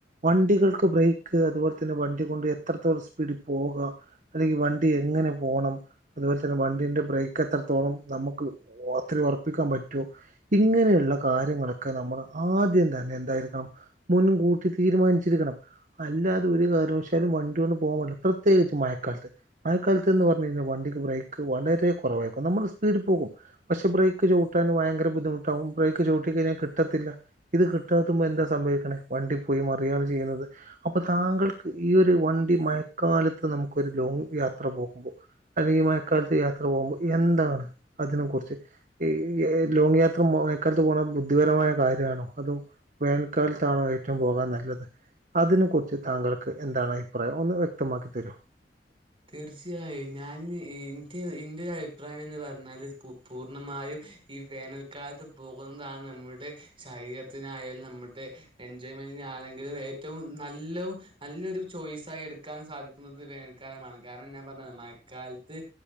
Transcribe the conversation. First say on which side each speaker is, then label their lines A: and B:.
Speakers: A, on the right; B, on the right.
A: വണ്ടികൾക്ക് ബ്രേക്ക് അതുപോലെന്നെ വണ്ടി കൊണ്ട് എത്രത്തോളം സ് പീഡിൽ പോകാ അല്ലെങ്കിൽ വണ്ടി എങ്ങനെ പോണം അതുപോലെ തന്നെ വണ്ടിന്റെ ബ്രേക്ക് എത്രത്തോളം നമുക്ക് അത്ര ഉറപ്പിക്കാൻ പറ്റുമോ ഇങ്ങനെയുള്ള കാര്യങ്ങളൊക്കെ നമ്മൾ ആദ്യം തന്നെ എന്തായിരിക്കണം മുൻകൂട്ടി തീരുമാനിച്ചിരിക്കണം അല്ലാതെ ഒരു കാരണവശാലും വണ്ടി കൊണ്ട് പോവാൻ പാട്ല. പ്രത്യേകിച്ച് മഴക്കാലത്ത് മഴക്കാലത്ത് എന്ന് പറഞ്ഞു കഴിഞ്ഞാൽ വണ്ടിക്ക് ബ്രേക്ക് വളരെ കുറവായിരിക്കും നമ്മൾ സ് പീഡ്ൽ പോകും പക്ഷെ ബ്രേക്ക് ചവ്ട്ടാൻ ഭയങ്കര ബുദ്ധിമുട്ടാവും ബ്രേക്ക് ചവ്ട്ടി കഴിഞ്ഞാൽ കിട്ടത്തില്ല ഇത് കി ട്ടാത്തുമ്പോ എന്താ സംഭവിക്കണേ വണ്ടി പോയി മറിയാണ് ചെയ്യുന്നത് അപ്പൊ താങ്കൾക്ക് ഈ ഒരു വ ണ്ടി മഴക്കാലത്ത് നമുക്കൊരു ലോങ് യാത്ര പോകുമ്പോൾ അല്ലെങ്കിൽ ഈ മഴക്കാലത്ത് യാത്ര പോകുമ്പോൾ എന്താണ് അതിനെ കുറിച്ച് ഈ ലോങ് യാത്ര മയക്കാലത്ത് പോകണ ബുദ്ധിപരമായ കാര്യമാണോ അതോ വേനൽക്കാലത്താണോ ഏറ്റവും പോകാൻ നല്ലത് അതിനെ കുറിച്ച് താങ്കൾക്ക് എന്താണ് അഭിപ്രായം ഒന്ന് വ്യക്തമാക്കി തരോ
B: തീർച്ചയായും ഞാൻ ഇന്റെ ഇന്റെ ഒരു അഭിപ്രായംന്ന് പറഞ്ഞാല് പൂർണ്ണമായും ഈ വേനൽക്കാലത്ത് പോകുന്നതാണ് നമ്മളുടെ ശരീരത്തിനായാലും നമ്മുടെ എൻജോയ്മെ ൻ്റിന് ആണെങ്കിലും ഏറ്റവും നല്ലവും നല്ലൊരു ചോയ്സായി എടുക്കാനും സാധിക്കുന്നത് വേനൽ ക്കാലമാണ് കാരണം ഞാൻ പറഞ്ഞത് മഴക്കാലത്ത്